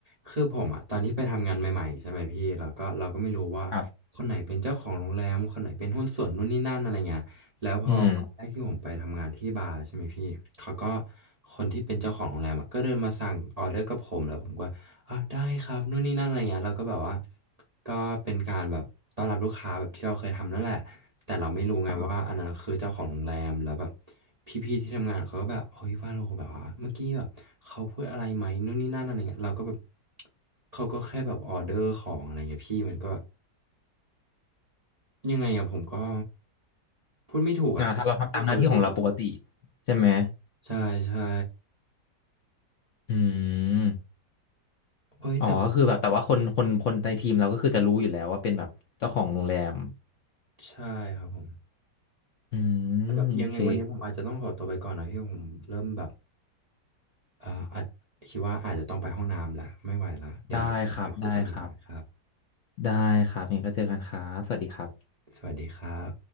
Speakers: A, on the right; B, on the left.
A: คือผมอ่ะตอนที่ไปทำงานใหม่ๆใช่ไหมพี่แล้วก็เราก็ไม่รู้ว่าคนไหนเป็นเจ้าของโรงแรมคนไหนเป็นหุ้นส่วนนู่นนี่นั่นอะไรเงี้ยแล้วพอวันแรกที่ผมไปทำงานที่บาร์ใช่ไหมพี่เขาก็
B: ครับอืม
A: คนที่เป็นเจ้าของโรงแรมอะก็เดินมาสั่งออเดอร์กับผมแล้วผมก็ อ่ะได้ครับนู่นนี่นั่นอะไรเงี้ยเราก็แบบว่าก็เป็นการแบบต้อนรับลูกค้าแบบที่เราเคยทำนั่นแหละแต่เราไม่รู้ไงว่าอันนั้นคือเจ้าของโรงแรมแล้วแบบ
B: ครับ
A: พี่ๆที่ทำงานเขาก็แบบเฮ้ยว่าเราแบบว่าเมื่อกี้แบบเขาพูดอะไรไหมนู่นนี่นั่นอะไรเงี้ยเราก็แบบเขาก็แค่แบบออเดอร์ของอะไรเงี้ยพี่มันก็ยังไงอะผมก็พูดไม่ถูกอะคือความรู้สึกเหรอ
B: อ่าถ้าเราทำตามหน้าที่ของเราปกติใช่ไหม
A: ใช่ใช่
B: อืม
A: โอ้ยแต่แบบ
B: อ๋อก็คือแบบแต่ว่าคนคนคนในทีมเราก็คือจะรู้อยู่แล้วว่าเป็นแบบเจ้าของโรงแรม
A: ใช่ครับผม
B: อืมโอเค
A: แต่แบบยังไงวันนี้ผมอาจจะต้องขอตัวไปก่อนนะพี่ผมเริ่มแบบ เอ่ออาจคิดว่าอาจจะต้องไปห้องน้ำละไม่ไหวละเดี๋ยวไปคุยกันใหม่นะครับ
B: ได้ครับได้ครับ ได้ครับยังไงก็เจอกันครับสวัสดีครับ
A: สวัสดีครับ